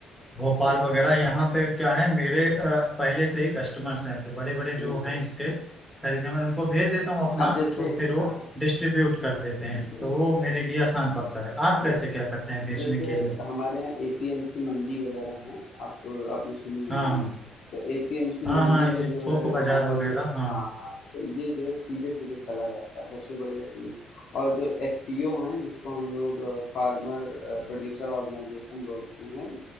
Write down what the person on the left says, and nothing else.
बिल्कुल
बिल्कुल
अब जैसे
हाँ
बिल्कुल
बिल्कुल।
जैसे
हमारे यहाँ एपीएमसी मंडी वगैरह हैं, आप आपने सुनी होंगी।
तो एपीएमसी
मंडी
में जो
है
हमारा
ये
हाँ हाँ, तो ये जो है सीधे-सीधे चला जाता है, सबसे बढ़िया चीज़। और जो एफपीओ हैं, जिसको हम लोग फार्मर प्रोड्यूसर ऑर्गेनाइजेशन बोलते हैं,